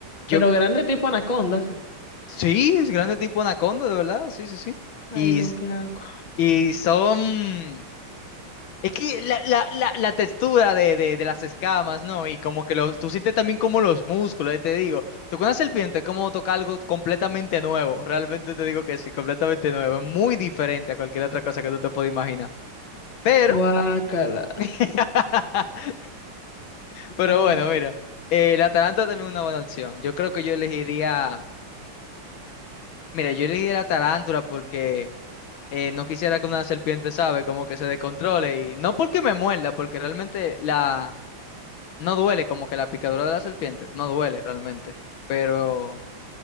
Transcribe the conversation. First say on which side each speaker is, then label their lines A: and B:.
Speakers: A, on the left (about 75°); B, on the left (about 30°).
A: yo,
B: Pero grande tipo anaconda, sí.
A: sí, es grande tipo anaconda, de verdad, sí, sí, sí.
B: Ay,
A: Y,
B: no, qué asco.
A: y son... Es que la, la, la, la textura de, de, de las escamas, ¿no? Y como que los, tú sientes también como los músculos, eh, te digo. Tocar una serpiente es como tocar algo completamente nuevo. Realmente te digo que sí, completamente nuevo. Es muy diferente a cualquier otra cosa que tú te puedas imaginar. Pero,
B: Guácala.
A: <laughs> pero
B: No.
A: bueno, mira. eh, la tarántula también es una buena opción. Yo creo que yo elegiría, mira, yo elegiría la tarántula porque eh, no quisiera que una serpiente, ¿sabe? Como que se descontrole. Y no porque me muerda, porque realmente la... No duele como que la picadura de la serpiente, no duele realmente, pero